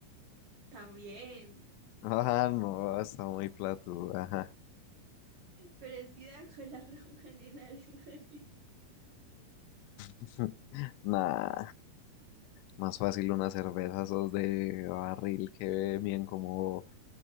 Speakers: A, on the right; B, on the left.
A: También,
B: <laughs> Ah, no, está muy platuda. Ajá.
A: parecida <laughs> con la Raman en Alemania.
B: <laughs> Nah, más fácil una cerveza esos de barril que bien como